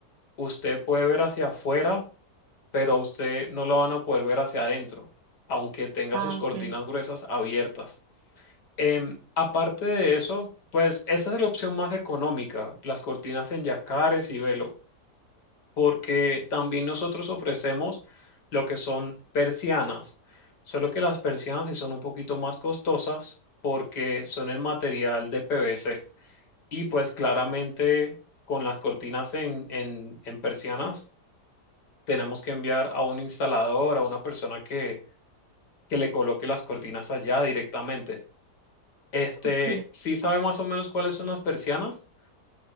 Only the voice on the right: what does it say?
Ah,
ok,
ok.